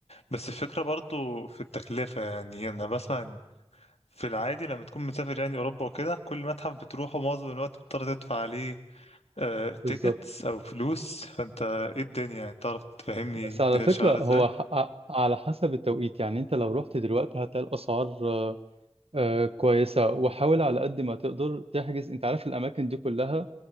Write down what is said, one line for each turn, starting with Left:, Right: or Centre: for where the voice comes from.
Left: بس الفكرة برضو في التكلفة يعني أنا بسمع في العادي لما تكون مسافر يعني أوروبا وكده كل متحف بتروحه معظم الوقت بتضطر تدفع عليه آه
Right: بالظبط
Left: تيكتس أو فلوس فأنت إيه الدنيا يعني تعرف تفهمني
Right: بس
Left: الدنيا
Right: على فكرة
Left: شغالة
Right: هو
Left: إزاي؟
Right: ح- آه، على حسب التوقيت يعني انت لو رحت دلوقتي هتلاقي الأسعار آه، آه كويسة وحاول على قد ما تقدر تحجز انت عارف الأماكن دي كلها